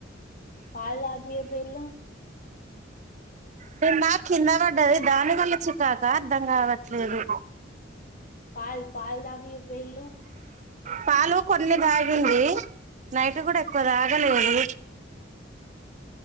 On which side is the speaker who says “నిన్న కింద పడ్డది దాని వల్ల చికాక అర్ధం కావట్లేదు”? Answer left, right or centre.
Right